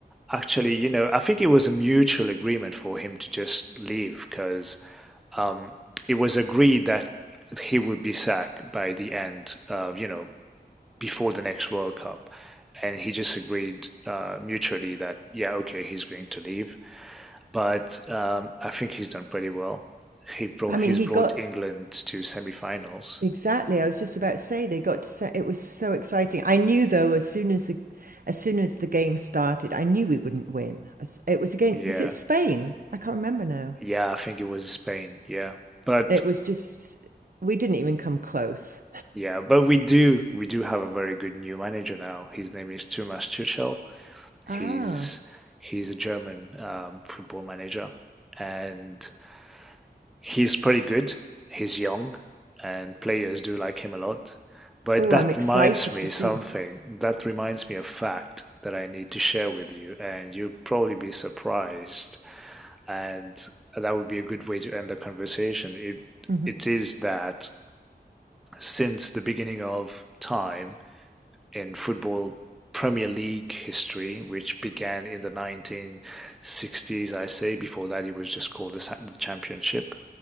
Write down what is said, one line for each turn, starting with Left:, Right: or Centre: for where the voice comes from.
Centre: actually, you know, I think it was a mutual agreement for him to just leave because um, it was agreed that he would be sacked by the end, uh, you know, before the next World Cup. And he just agreed uh, mutually that, yeah, okay, he's going to leave. But um, I think he's done pretty well. He brought
Right: I mean,
Centre: he's
Right: he
Centre: brought
Right: got
Centre: England to semifinals.
Right: exactly. I was just about to say they got to say it was so exciting. I knew though, as soon as the as soon as the game started, I knew we wouldn't win. As- It was again,
Centre: Yeah,
Right: was it Spain? I can't remember now.
Centre: yeah, I think it was Spain. Yeah, but
Right: It was just we didn't even come close.
Centre: yeah, but we do we do have a very good new manager now. His name is Thomas Tuchel.
Right: Ah.
Centre: He's he's a German um, football manager, and he's pretty good. He's young, and players do like him a lot. But
Right: Oh,
Centre: that
Right: I'm excited
Centre: reminds me
Right: to see.
Centre: something. That reminds me of a fact that I need to share with you, and you'll probably be surprised. And that would be a good way to end the conversation. It
Right: hmm
Centre: it is that since the beginning of time, in football Premier League history, which began in the 1960s, I say. Before that, it was just called the, the Championship.